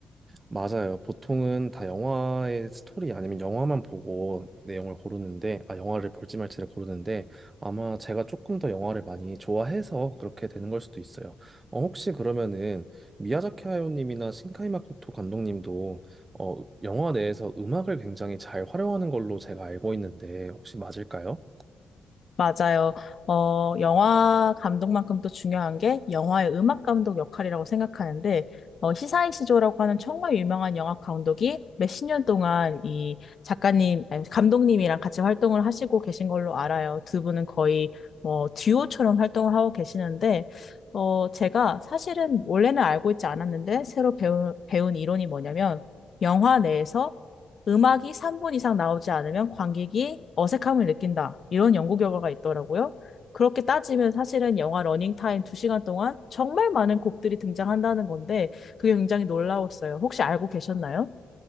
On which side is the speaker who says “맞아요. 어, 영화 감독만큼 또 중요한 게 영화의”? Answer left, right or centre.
Left